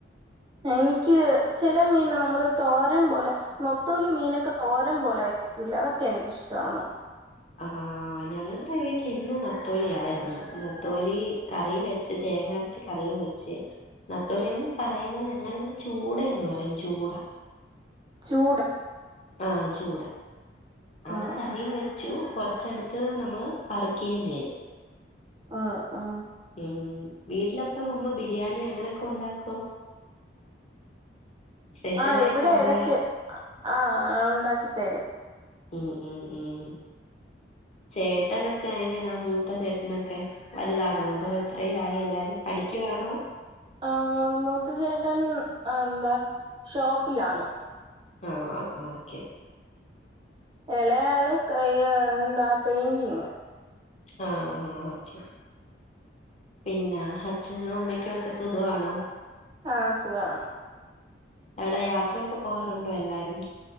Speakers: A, on the right (about 25°); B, on the left (about 35°).
A: എനിക്ക് ചെല മീൻ നമ്മള് തോരം പോലെ നൊത്തോലി മീനൊക്കെ തോരൻ പോലെ തുലാവത് എനിക്കിഷ്ട്ടാണ്
B: ആ ഞങ്ങളുടെ വീട്ടിൽ ഇന്ന് നത്തോലി ആയിരുന്നു നത്തോലി കറി വെച്ച് തേങ്ങരച്ച് കറിയും വെച്ച് നത്തോലന്ന് പറയുന്ന ഞങ്ങള ഇവിടെ ചൂട എന്ന് പറയും ജൂടാ
A: ചൂട
B: ആ ചൂടാ അത്
A: ആഹ്
B: കറിയും
A: ആഹ്
B: വെച്ചു കൊറച്ചടുത്ത് ത് നമ്മള് പറക്കയും ചെയും
A: ആ ആ
B: ഉം വീട്ടിലപ്പ അമ്മ ബിരിയാണി അങ്ങനെയൊക്കെ ഉണ്ടാക്കോ സ്പെഷ്യലായിട്ട്
A: ആ് ഇവിടെ
B: അമ്മാടെ
A: എടയ്ക്ക് ആ ഉണ്ടാക്കി തരും
B: ഉ ഉം ഉം ചേട്ടനൊക്കെ എങ്ങനാ മൂത്ത ചേട്ടനൊക്കെ വലുതാണോ അതോ എത്രയിലായി എല്ലാരും പഠിക്കുവാണോ
A: ആ മൂത്ത ചേട്ടൻ എന്താ ഷോപ്പിലാണ്
B: ആ ആ ആ ഓക്കെ
A: എളയാള് ക എന്താ പെയിന്റിങ്
B: ആ ആ ഓക്കെ പിന്നെ അച്ഛനും അമ്മയ്ക്കും ഒക്കെ സുഖമാണോ
A: ആ സുഖാണ്
B: എവിടെ യാത്രയൊക്കെ പോകാറുണ്ടോ എല്ലാരും